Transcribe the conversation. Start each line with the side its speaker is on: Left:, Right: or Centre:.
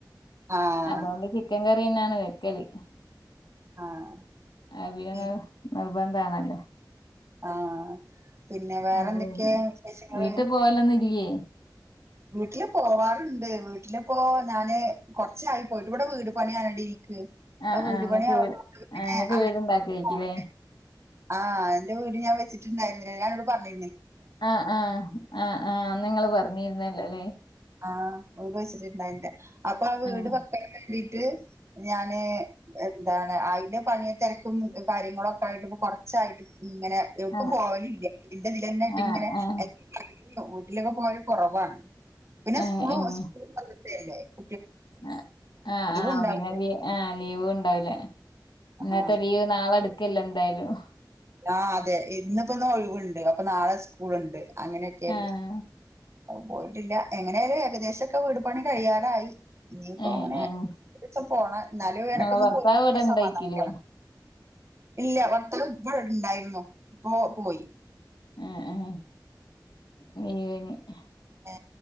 Right: ആഹ്
Left: അതോണ്ട് ചിക്കൻ കറ്യെന്നെണ് വെക്കല്.
Right: ആഹ്
Left: അവിന
Right: പി
Left: ത് നിർബന്ധാണല്ലോ.
Right: ആഹ് പിന്നെ വേറെ
Left: അത്
Right: ന്തൊക്കെ വിശേഷങ്ങള്?
Left: വീട്ടി പോവലൊന്നും ഇല്ലേ
Right: വീട്ടില് പോവാറ്ണ്ട് വീട്ടിലിപ്പോ ഞാന് കൊർച്ചായി പോയിട്ട് ഇവടെ വീട് പണ്യാണടി. ക്ക്
Left: ആഹ്
Right: അഹ് വീട്
Left: ആഹ് ഇങ്ങക്ക്
Right: പണ്യായതോണ്ട്
Left: വീ
Right: പിന്നെ
Left: ആഹ് ഇങ്ങക്ക്
Right: അ <unintelligible>
Left: വീടുണ്ടാക്കായിരിക്കുല്ലേ
Right: ആഹ് ഇന്റെ വീട് ഞാ വെച്ച്ട്ട്ണ്ടായിര്ന്ന് ല്ലെ ഞാ അന്നോട് പർഞ്ഞ്
Left: ആഹ് ആഹ് ആഹ് ആഹ് അന്ന് ഇങ്ങള് പറഞ്ഞിര്ന്നല്ലോ ല്ലേ.
Right: ആഹ് വീട് വെച്ചിട്ടുണ്ടായില്ല അപ്പളാ വീട്
Left: ആഹ്
Right: വെക്ക <unintelligible> ണ്ടിട്ട് ഞാന് എന്താണ് അയ്ന് പണിയ തെരക്കും കാര്യങ്ങളൊക്കായിട്ട് ഇപ്പ കൊർച്ചായിട്ട് ഇങ്ങനെ യൊട്ക്കും
Left: ആഹ്
Right: പോവാലില്ല ഇതിന്റെ തിലെന്നായിട്ട്
Left: ആഹ്
Right: ങ്ങനെ <unintelligible>
Left: ആഹ്
Right: <unintelligible> വീട്ടിലൊക്കെ പോവല് കൊറവാണ് പിന്നെ
Left: ഏഹ്
Right: സ്കൂളും
Left: ഏഹ്
Right: <unintelligible>
Left: ആഹ് ആഹ് ആഹ്
Right: ഉണ്ടാവില്ല
Left: പിന്നെ ആഹ് ലീവൂണ്ടാവൂല.
Right: ആഹ്
Left: ഇന്നത്തെ ലീവ് നാളെ ട്ക്കല്ലോ എന്തായാലും.
Right: ആ അതെ ഇന്നിപ്പോ ഒന്ന് ഒഴിവുണ്ട് അപ്പൊ നാളെ സ്കൂളുണ്ട് അങ്ങനെയൊക്കെയല്ലേ
Left: ആഹ്
Right: പോയിട്ടില്ല എങ്ങനെയായാലും ഏകദേശവൊക്കെ വീട് പണി കഴിയാറായി ഇനിയിപ്പോ
Left: ഏഹ്
Right: അങ്ങനെ
Left: ഏഹ്
Right: ഒരീസം പോണം എന്നാലും
Left: ഇങ്ങളെ
Right: ഇടക്കൊന്ന്
Left: ഭർത്താവ്
Right: പോയില്ലങ്കിൽ
Left: ഇവിടെ
Right: ഒരു
Left: ഇണ്ടായിക്കില്ലേ
Right: സമാധാനക്കേടാ ഇല്ല ഭർത്താവ് ഇപ്പോ ഇവിടെ ഇണ്ടായിരുന്നു <unintelligible> പോയി
Left: ഉം ഉം <unintelligible>
Right: ഏ